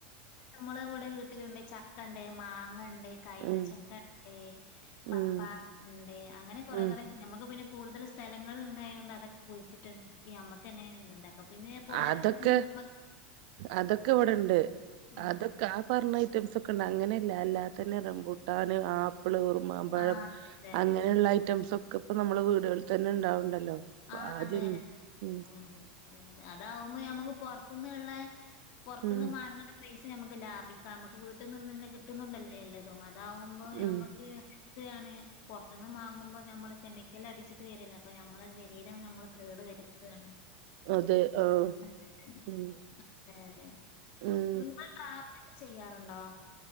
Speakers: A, on the left; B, on the right.
A: നമ്മള കവിടെ വീട്ടിലുണ്ട് ചക്ക ഉണ്ട് മാങ്ങ ഉണ്ട് കൈതച്ചക്ക
B: ഉം
A: ഉണ്ട് പപ്പായ
B: ഉം
A: ഉണ്ട് അങ്ങനെ കൊറെ
B: ഉം
A: കുറെ ഞുക്ക് പിന്നെ കൂടുതൽ സ്ഥലങ്ങള ഉണ്ടായുകൊണ്ട് അതൊക്കെ പോയിച്ചിട്ടുണ്ടാക്കി നമുക്ക്ന്നെണ്ട അ പിന്നെ പോരാത്ത
B: അതൊക്കെ
A: നമ്മ
B: അതൊക്കെ ഇവിടെണ്ട്
A: ഉം
B: അതൊക്കെ ആ പറഞ്ഞ ഐറ്റംസ് ഒക്കെ ണ്ട് അങ്ങനെയല്ല അല്ലാത്തന്നെ റംപുട്ടാൻ ആ പള കുറർമാമ്പഴം
A: ആഹ് അതെ
B: അങ്ങനെയുള്ള ഐറ്റംസ് ഒക്കെ ഇപ്പൊ നമ്മള് വീടുകളിൽ തന്നെ ഉണ്ടാവണ്ടല്ലോ ഇപ്പൊ
A: ആഹ
B: ആദ്യം
A: അതെ അതെ
B: ഉം
A: തോന്നുന്നുണ്ട് അതെതെ അതാവുമ്പോ നമ്മുക്ക് പുറത്തുന്ന്ള്ള പുറത്തുന്ന്
B: ഉം
A: മാങ്ങണ പൈസ് നമുക്ക് ലാഭിക്കാം നമുക്ക് വീട്ടിൽ നിന്ന് തന്നെ കിട്ടുന്നുണ്ടല്ലോ എല്ലതും അതാവുമ്പോൾ
B: ഉം
A: നമ്മുക്ക് എടുത്തുകാണ്, പുറത്ത്, നിന്ന് വാങ്ങുമ്പോൾ, നമ്മള്, കെമിക്കൽ, അടിച്ചിട്ട്, വരില്ല അപ്പൊ, നമ്മള് ശരീരം നമ്മൾ കേടുവരുത്തുകയാണ്
B: അതെ ആഹ്
A: അതെ
B: ഉം
A: അതെ
B: ഉം
A: നിങ്ങൾ ട്രാവലൊക്കെ ചെയ്യാറുണ്ടോ